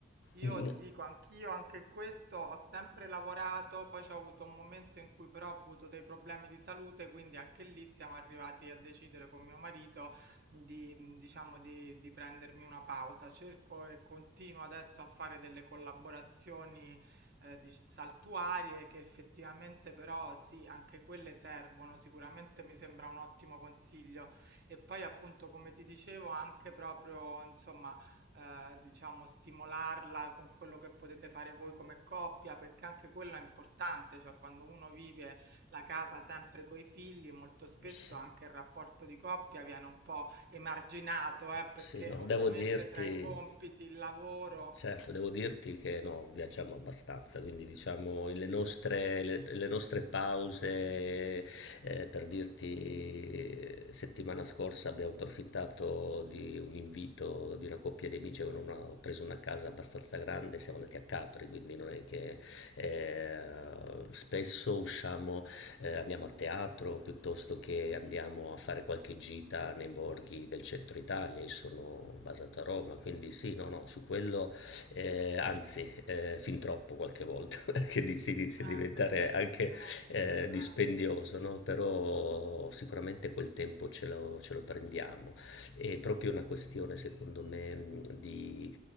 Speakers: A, on the right (about 55°); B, on the left (about 85°).
A: Io
B: mm,
A: ti dico, anch'io anche in questo ho sempre lavorato, poi c'ho avuto un momento in cui però ho avuto dei problemi di salute, quindi anche lì siamo arrivati a decidere con mio marito di mhmm, diciamo di di prendermi una pausa. Cerco e continuo adesso a fare delle collaborazioni, ehm, dic saltuarie che effettivamente però sì, anche quelle servono. Sicuramente mi sembra un ottimo consiglio. E poi appunto, come ti dicevo, anche proprio insomma, ehm, diciamo stimolarla con quello che potete fare voi come coppia, perché anche quello è importante, cioè quando uno vive la casa sempre coi figli, molto spesso
B: sì.
A: anche il rapporto di coppia viene un po' Emarginato, eh, perché
B: Sì, no,
A: ovviamente
B: devo dirti,
A: tra i compiti, il lavoro.
B: certo, devo dirti che no, viaggiamo abbastanza, quindi diciamo le nostre, le- le nostre pause, eh, per dirti, eh, settimana scorsa abbiamo approfittato di un invito di una coppia di amici che hanno preso una casa abbastanza grande, siamo andati a Capri, quindi non è che eh, spesso usciamo eh, andiamo a teatro piuttosto che andiamo a fare qualche gita nei borghi del centro Italia. Io sono basato a Roma, quindi sì, no, no, su quello eh, anzi, eh, fin troppo qualche volta, <laughs> che dici- inizia
A: Ah,
B: a diventare
A: bellissimo.
B: anche eh, dispendioso,
A: Eh.
B: no? Però sicuramente quel tempo ce lo, ce lo prendiamo. È proprio una questione, secondo me, mh, di